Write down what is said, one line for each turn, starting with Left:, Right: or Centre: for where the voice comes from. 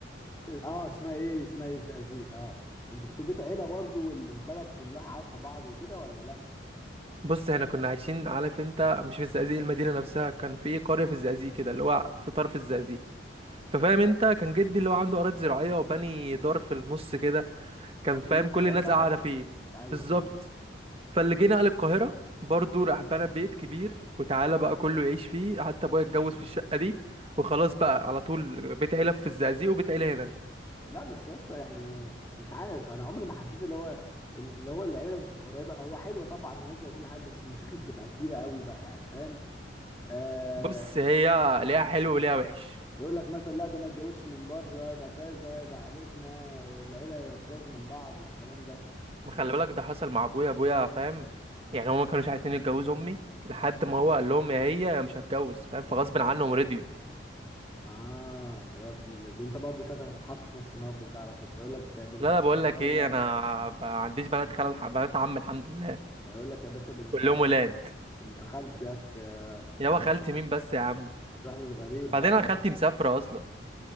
Left: <laughs> آه اسمها ايه اسمها ايه الزقازيق اه انتوا كنتوا بيت عيلة برضو والبلد كلها عارفة بعض وكده ولا لا
Right: بص احنا كنا عايشين عارف انت مش في الزقازيق المدينه نفسها كان في قريه في الزقازيق كده اللي هو في طرف الزقازيق ففاهم انت كان جدي اللي هو عنده اراضي زراعيه وبني دار في النص كده كان
Left: كلنا
Right: فاهم
Left: فكلكوا
Right: كل
Left: في
Right: الناس
Left: جنبها
Right: قاعده
Left: بقى
Right: فيه
Left: ايوه
Right: بالظبط
Left: فهمت
Right: فاللي جه نقل القاهره برضه راح بنى بيت كبير وتعالى بقى كله يعيش فيه حتى ابويا اتجوز في الشقه دي وخلاص بقى على طول بيت عيله في الزقازيق وبيت عيله هنا
Left: لا بس يا اسطى يعني مش عارف انا عمري ما حسيت اللي هو اللي هو العيله بتبقى قريبه هو حلوه طبعا وعزوه وكل حاجه بس المشاكل بتبقى كبيره قوي بقى يعني فاهم آه
Right: بص هي ليها حلو وليها وحش
Left: يقول لك مثلا لا ده ما يتجوزش من بره ده كذا ده عيلتنا العيله تتجوز من بعض والكلام ده
Right: ما خلي بالك ده حصل مع ابويا ابويا فاهم يعني هما ما كانوش عايزين يتجوزوا امي لحد ما هو قال لهم يا هي يا مش هتجوز فاهم فغصب عنهم رضيوا
Left: اه يا ابن الذين انت برضه شكلك هتتحط في نفس الموقف ده على فكره يقول لك بنت
Right: لا لا
Left: خالتك
Right: بقول لك
Left: دوله
Right: ايه انا ب- ما عنديش بنات خال بنات عم الحمد لله
Left: هيقول لك يا باشا بنت
Right: كلهم ولاد
Left: بنت خالتك آه،
Right: يابا خالتي مين بس يا عم
Left: تروح للغريب
Right: بعدين
Left: بقى
Right: انا خالتي مسافره اصلا